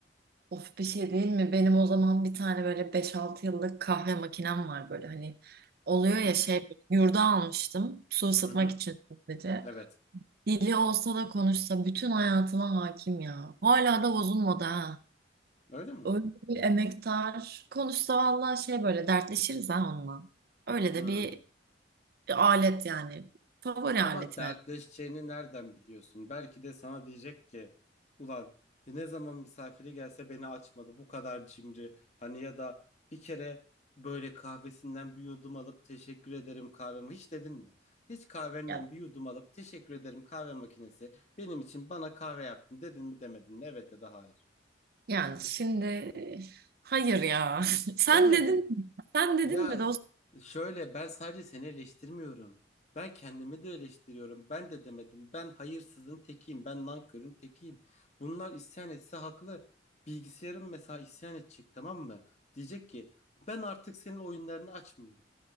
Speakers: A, on the right (about 55°); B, on the left (about 40°).
A: Of bir şey değil mi? Benim o zaman bir tane böyle beş altı yıllık kahve makinem var böyle hani oluyor
B: Hı hı
A: ya şey yurda almıştım su ısıtmak
B: hı hı
A: için sadece.
B: evet
A: Dili olsa da konuşsa bütün hayatıma hakim ya. Hala da bozulmadı ha.
B: öyle mi?
A: Öyle bir emektar. Konuşsa vallahi şey böyle dertleşiriz ha onunla. Öyle de
B: Hı.
A: bir, bir alet yani. Favori
B: Ama
A: aletim
B: dertleşeceğini
A: evet.
B: nereden biliyorsun? Belki de sana diyecek ki ulan e, ne zaman misafiri gelse beni açmadı bu kadar cimri. Hani ya da bir kere böyle kahvesinden bir yudum alıp teşekkür ederim kahveme hiç dedin mi? Hiç kahvenden
A: Yani
B: bir yudum alıp teşekkür ederim kahve makinesi benim için bana kahve yaptın dedin mi demedin mi? Evet ya da hayır.
A: yani şimdi hayır ya. <laughs> Sen
B: Demedin.
A: dedin mi? Sen dedin
B: Ya
A: mi?
B: şöyle ben sadece seni eleştirmiyorum. Ben kendimi de eleştiriyorum. Ben de demedim. Ben hayırsızın tekiyim. Ben nankörün tekiyim. Bunlar isyan etse haklı. Bilgisayarım mesela isyan edecek tamam mı? Diyecek ki ben artık senin oyunlarını açmıyorum.